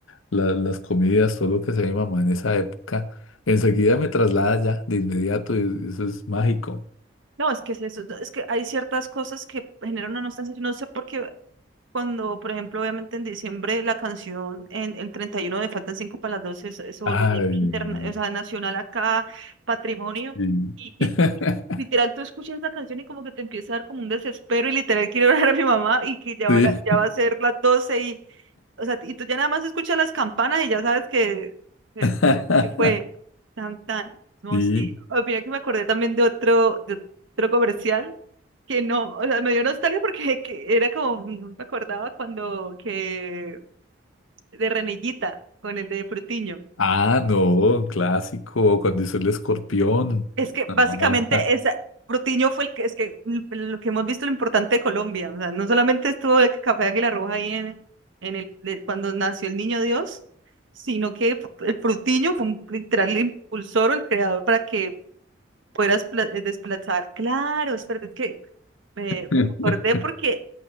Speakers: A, on the left; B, on the right.
A: la- las comidas, todo lo que hacía mi mamá en esa época. Enseguida me traslada ya, de inmediato, y eso es mágico.
B: No, es que es eso, es que hay ciertas cosas que generan una nostalgia, yo no sé por qué Cuando, por ejemplo, obviamente en diciembre la canción en el 31 de Faltan cinco para las doce se, se volvió
A: Ay,
B: interna-
A: no.
B: o sea, nacional acá, patrimonio,
A: Sí.
B: y, y
A: <laughs>
B: literal tú escuchas esa canción y como que te empieza a dar como un desespero y literal quiero <laughs> ver a mi mamá y que ya,
A: Sí.
B: ahora, ya va a ser las 12 y, o sea, y tú ya nada más escuchas las campanas y ya sabes que, que,
A: <laughs>
B: que fue tan tan. No,
A: Sí.
B: sí. Oh, mira que me acordé también de otro, de otro comercial que no, o sea, me dio nostalgia porque <laughs> que era como, no me acordaba cuando que de Renillita con el de Frutiño.
A: Ah, no, clásico, cuando hizo el escorpión.
B: Es que
A: No,
B: básicamente esa, Protiño fue el que, es que l- lo que hemos visto lo importante de Colombia, o sea, no solamente estuvo el Café Águila Roja ahí en, en el, de- cuando nació el Niño Dios, sino que el Protiño fue un, literal el impulsor o el creador para que puedas pla- eh, desplazar. Claro, espérate, es verdad que me
A: <laughs>
B: acordé porque